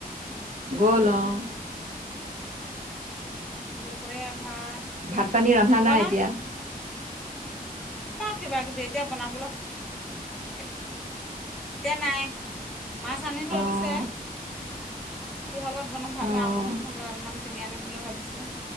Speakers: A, on the right (about 55°); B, in the centre.
A: গল অঁ।
B: দুপৰীয়া ভাত
A: ভাত পানী ৰন্ধা
B: বনাম
A: নাই এতিয়া।
B: অ', কিবা কিবি এতিয়া বনাবলৈ
A: উম।
B: এতিয়া নাই মাছ আনি থৈ
A: অঁ
B: দিছে। কিহলত বনাম ভাবি
A: অঁ
B: আৰু বন চোন এডালমান ছিঙি আনিম বুলি ভাবিছোঁ।